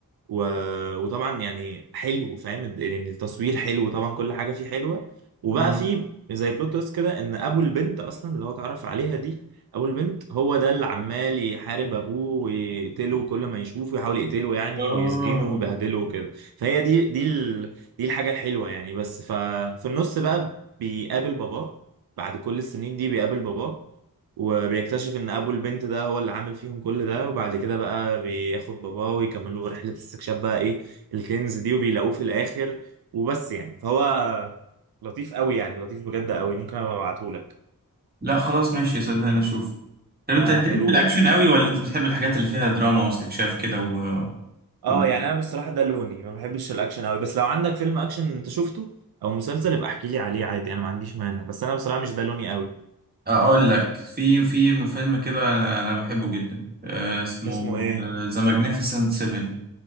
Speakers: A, on the right; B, on the right.
A: و... وطبعا يعني حلو فاهم الد- يعني التصوير حلو طبعا كل حاجه فيه حلوه وبقى
B: اه
A: فيه زي بلوت تويست كده ان ابو البنت اصلا اللي هو اتعرف عليها دي ابو البنت هو ده اللي عمال يحارب ابوه ويقتله كل ما يشوفه يحاول يقتله يعني
B: اه
A: ويسجنه ويبهدله وكده فهي دي دي ال... دي الحاجه الحلوه يعني بس ففي النص بقى بيقابل باباه بعد كل السنين دي بيقابل باباه وبيكتشف ان ابو البنت ده هو اللي عامل فيهم كل ده وبعد كده بقى بياخد باباه ويكملوا رحلة استكشاف بقى ايه الكنز دي وبيلاقوه في الاخر وبس يعني فهو لطيف قوي يعني لطيف بجد قوي ممكن ابقى ابعتهولك
B: لا خلاص ماشي صدقني اشوف طب
A: ده
B: انت انت
A: حلو
B: ليك في الاكشن
A: بقى
B: قوي ولا انت بتحب الحاجات اللي فيها دراما واستكشاف كده و...
A: اه
B: و...
A: يعني انا بصراحة ده لوني ما بحبش الاكشن قوي بس لو عندك فيلم اكشن انت شفته او مسلسل يبقى احكي لي عليه عادي انا ما عنديش مانع بس انا بصراحة مش ده لوني قوي
B: اقول لك في في فيلم كده انا أنا بحبه جدا آه، اسمه
A: اسمه ايه
B: ذا ماجنيفيسنت 7